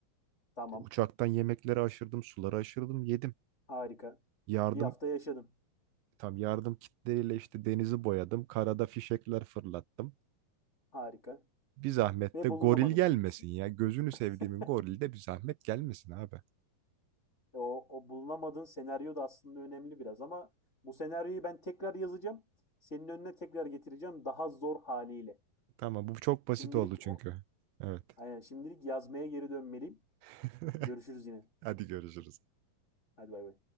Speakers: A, on the left; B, on the right.
A: Tamam,
B: Uçaktan yemekleri aşırdım, suları aşırdım, yedim.
A: harika.
B: Yardım
A: Bir hafta yaşadın.
B: tam yardım kitleriyle işte denizi boyadım. Karada fişekler fırlattım.
A: Harika.
B: Bir zahmet
A: Ve
B: de
A: bulunamadın.
B: goril gelmesin
A: İşte.
B: ya.
A: <laughs>
B: Gözünü sevdiğimin gorili de bir zahmet gelmesin abi.
A: O, o bulunamadığın senaryo da aslında önemli biraz ama bu senaryoyu ben tekrar yazacağım. Senin önüne tekrar getireceğim daha zor haliyle.
B: Tamam bu çok basit
A: Şimdilik
B: oldu çünkü.
A: o,
B: Evet.
A: aynen, şimdilik yazmaya geri dönmeliyim.
B: <laughs>
A: Görüşürüz yine.
B: Hadi görüşürüz.
A: Hadi bay bay.